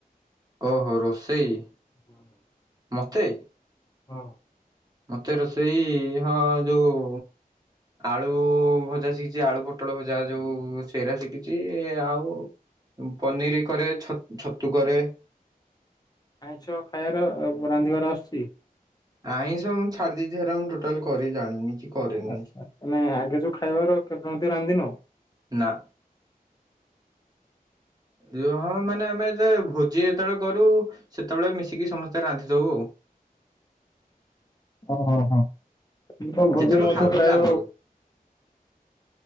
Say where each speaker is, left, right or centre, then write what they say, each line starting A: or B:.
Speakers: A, on the right (about 25°); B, on the left (about 25°).
A: ଓହୋ ରୋଷେଇ।
B: ହଁ।
A: ମତେ।
B: ହଁ।
A: ମତେ ରୋଷେଇ ହଁ ଯୋଉ। ଆଳୁ ଭଜା ଶିଖିଛି ଆଳୁ, ପୋଟଳ ଭଜା ଯୋଉ ସେଇରା ଶିଖିଛି ଏ ଆଉ। ଉଁ ପନିର କରେ ଛ-ଛତୁ କରେ।
B: ଆଇଁଛ ଖାଇବାର ରାନ୍ଧିବାର ଆସୁଛି।
A: ଆଇଁଶ ମୁଁ ଛାଡି ଦେଇଛି ହେରା ମୁଁ ଟୋଟାଲ କରି ଜାଣିନି କି କରେନି
B: ଆଚ୍ଛା ଆମେ ଆଗେ ଯୋଉ ଖାଇବାର କେବେ ବି ରାନ୍ଧିନ।
A: ନା। <unintelligible> ମାନେ ଆମେ ଯେତେବେଳେ ଭୋଜି ଯେତେବେଳେ କରୁ ସେତେବେଳେ ମିଶିକି ସମସ୍ତେ ରାନ୍ଧିଦଉ।
B: ଅ ହଁ ହଁ ଭୋଜିର
A: ଯେତେବେଳେ
B: ମଧ୍ୟ
A: ଖାଉଥିଲୁ
B: ପ୍ରାୟ।
A: ଆଗରୁ